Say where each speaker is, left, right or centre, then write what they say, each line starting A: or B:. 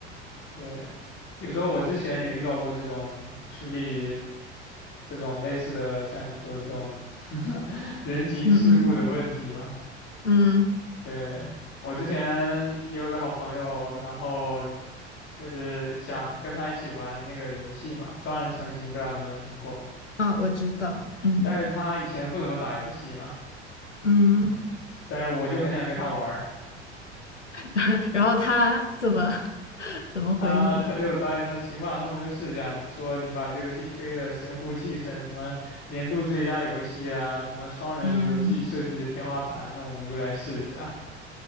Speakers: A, on the left; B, on the left.
A: 对，比如说我之前也遇到过这种处理这种类似的，像你说的这种 <laughs> 人情世故的问题嘛。
B: 嗯嗯嗯。嗯，
A: 对，我之前也有个好朋友，然后。就是想跟他一起玩那个游戏嘛，双人成行，不知道你有没有听过？
B: 啊，我知道，嗯
A: 但是他以前不怎么打游戏嘛，
B: 嗯，
A: 但是我就很想跟他玩儿
B: <laughs> 然后他怎么 <laughs> 怎么回你的？
A: 他他就答应说行吧，那我们就试一下，说你把这游戏吹得神乎其神，什么年度最佳游戏啊，什么双人游戏设计的天花板，
B: 嗯，
A: 那我们就来试一下。